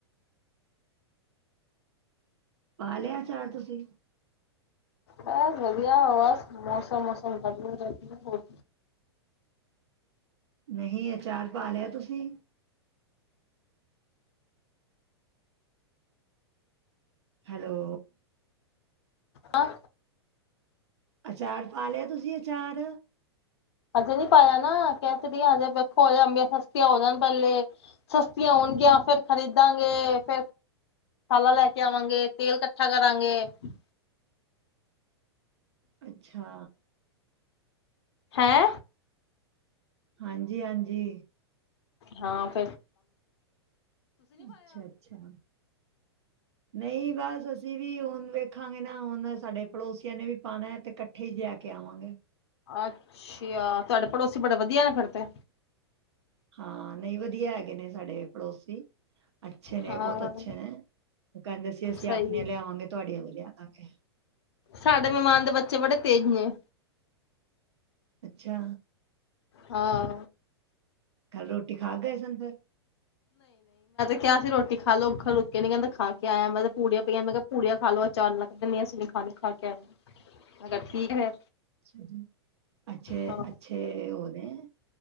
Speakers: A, on the right; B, on the left.
A: ਪਾ ਲਿਆ ਚਾਰ ਤੁਸੀਂ
B: ਹੈ ਵਧੀਆ ਆਵਾ ਮੌਸਮਸਮ ਕਰ ਰਹਦੀ ਹੋ।
A: ਨਹੀਂ ਅਚਾਰ ਪਾ ਲਿਆ ਤੁਸੀਂ ਹੈਲੋ।
B: ਹੈਂ
A: ਅਚਾਰ ਪਾ ਲਿਆ ਤੁਸੀਂ ਅਚਾਰ
B: ਹਜੇ ਨੀ ਪਾਇਆ ਨਾ ਕਹਿ ਤੇਦੀ ਹਜੇ ਵੇਖੋ ਹਜੇ ਅੰਬੀਆਂ ਸਸਤੀਆਂ ਹੋ ਜਾਣ ਪਹਿਲੇ ਸਸਤੀਆਂ ਹੋਣਗੀਆਂ ਫੇਿਰ ਖ਼ਰੀਦਾਂਗੇਫੇਿਰ ਮਸਾਲਾ ਲੈ ਕੇ ਆਵਾਂਗੇ। ਤੇਲ ਇਕੱਠਾ ਕਰ ਗਏ ਕਰਾਂਗੇ।
A: ਅੱਛਾ।
B: ਹੈਂ।
A: ਹਾਂਜੀਹਾਂਜੀ।
B: ਹਾਂ ਫਿਰ
A: ਅੱਛਾ ਅੱਛਾ। ਨਹੀਂ ਬਸ ਅਸੀਂ ਵੀ ਹੁਣ ਵੇਖਾਂਗੇ ਨਾ ਹੁਣ ਸਾਡੇ ਪੜੋਸੀਆਂ ਨੇ ਵੀ ਪਾਉਣਾ ਤੇ ਇਕੱਠੇ ਹੀ ਜਾ ਕੇ ਆਵਾਂਗੇ।
B: ਅੱਛਾ ਤੁਹਾਡੇ ਪੜੋਸੀ ਬੜੇ ਵਧੀਆ ਨੇ ਫਦੇ
A: ਹਾਂ ਨਹੀਂ ਵਧੀਆ ਹੈਗੇ ਨੇ ਸਾਡੇ ਪੜੋਸੀ ਅੱਛੇ ਨੇ
B: ਹਾਂ
A: ਬਹੁਤ ਅੱਛੇ ਨੇ--ਉਹ ਕਹਿੰਦੇ ਸੀ ਅਸੀਂ
B: ਸਹੀ
A: ਆਪਣੀਆਂ
B: ਹੈ
A: ਲਿਆਵਾਂਗੇ ਤੁਹਾਡੀਆਂ ਵੇਲਾਯਾਵਾ ਹਾਂਜੀ।
B: ਸਾਡੇ ਮਹਿਮਾਨ ਦੇ ਬੱਚੇ ਬੜੇ ਤੇਜ਼ ਨੇ
A: ਅੱਛਾ।
B: ਹਾਂ।
A: ਕੱਲ ਰੋਟੀ ਖਾ ਗਏ ਸਨ ਫਿਰ
B: ਕਿਆ ਅਸੀਂ ਰੋਟੀ ਖਾ ਲੋ ਅੱਖਰ ਰੁਕੇ ਨੀ ਕਹਿੰਦਾ ਖਾ ਕੇ ਆਇਆ ਮੈਂ ਤੇ ਪੂੜੀਆਂ, ਪਈਆਂ ਮੈਂ ਕਿਹਾ ਪੂੜੀਆਂ ਖਾ ਲੋਓ ਅਚਾਨ ਨਾਲ ਕਹਿੰ ਨਸੀਂੀ ਖਾ ਖਾ ਕੇ ਆਆ। ਮੈਂ ਕਿਹਾ ਠੀਕ ਹੈ।
A: ਅੱ ਜੀ ਅੱਛੇ
B: ਹਾਂ
A: ਅੱਛੇ ਉਹ ਨੇ